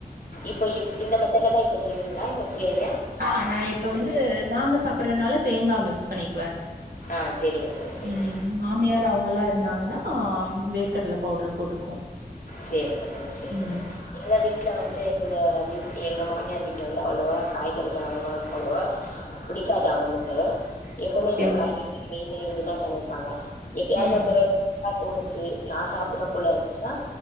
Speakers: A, on the left; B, on the right.
A: இப்ப இந்த மெத்தட்லதா இப்ப செய்வீங்ளா இந்த கீரைய
B: ஆ நா இப்ப வந்து நாங்க சாப்புறனால தேங்கா மிக்ஸ் பண்ணிக்வ
A: ஆ சரிங்க தோழி சரிங்க
B: ம் மாமியார் அவ்ங்கலா இருந்தாங்கனா ஆ வேர்க் கட்ல பவ்டர் போட்டுக்குவோ
A: சேரிங்க தோழி, சேரிங்க
B: ம்
A: தோழி. எங்க வீட்ல வந்து இந்த வீட் எங்க மாமியார் வீட்ல வந்து அவ்ளவா காய்கறிக அவ்ளவ்க் அவ்ளவா புடிக்காது அவுங்களுக்கு எப்புமே
B: ஓகே
A: இந்த
B: ஓகே
A: கறி மீனு இதுதா சமைப்பாங்க எப்பியாவ்து
B: ம்
A: ஒரு தடவ கா தோணுச்சி நா சாப்புட்னு போல இருந்துச்னா